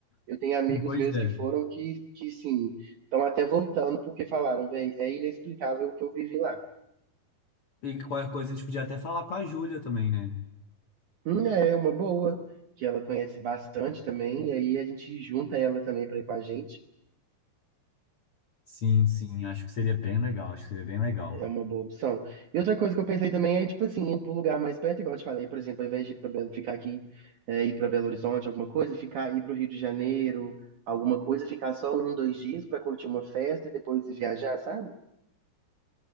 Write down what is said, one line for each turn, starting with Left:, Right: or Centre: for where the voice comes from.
Right: Eu tenho amigos
Left: Pois
Right: meus
Left: é.
Right: que foram que, que sim, estão até voltando porque falaram, velho, é inexplicável o que eu vivi lá.
Left: E qualquer coisa a gente podia até falar com a Júlia também, né?
Right: Hum, é uma boa, que ela conhece bastante também, e aí a gente junta ela também para ir com a gente.
Left: Sim, sim, acho que seria bem legal, acho que seria bem legal.
Right: É uma boa opção. E outra coisa que eu pensei também é, tipo assim, ir para um lugar mais perto, igual eu te falei, por exemplo, ao invés de ir pra Belo, ficar aqui, é, ir para Belo Horizonte, alguma coisa, ficar ir para o Rio de Janeiro, alguma coisa, ficar só um, dois dias para curtir uma festa e depois viajar, sabe?